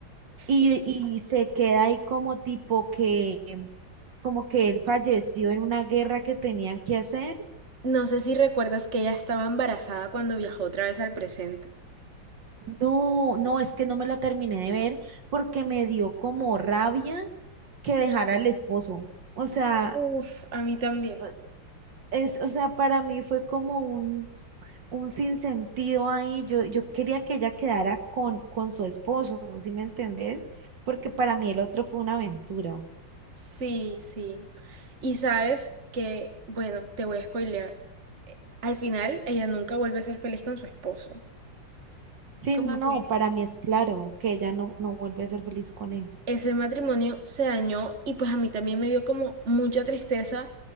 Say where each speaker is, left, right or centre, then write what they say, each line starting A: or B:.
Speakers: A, on the right (about 65°); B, on the right (about 35°).
A: y,
B: Y
A: y se queda ahí como tipo que... como que él falleció en una guerra que tenían que hacer.
B: no sé si recuerdas que ella estaba embarazada cuando viajó otra vez al presente.
A: No, no, es que no me la terminé de ver porque me dio como rabia que dejara al esposo. O sea,
B: Uf, a mí también.
A: eh, es, o sea, para mí fue como un, un sinsentido ahí. Yo, yo quería que ella quedara con, con su esposo, ¿sí me entendés? Porque para mí el otro fue una aventura.
B: Sí, sí. Y sabes que, bueno, te voy a spoilear. eh, Al final, ella nunca vuelve a ser feliz con su esposo.
A: Sí,
B: Como
A: no, no,
B: que
A: para mí es claro que ella no, no vuelve a ser feliz con él.
B: ese matrimonio se dañó y pues a mí también me dio como mucha tristeza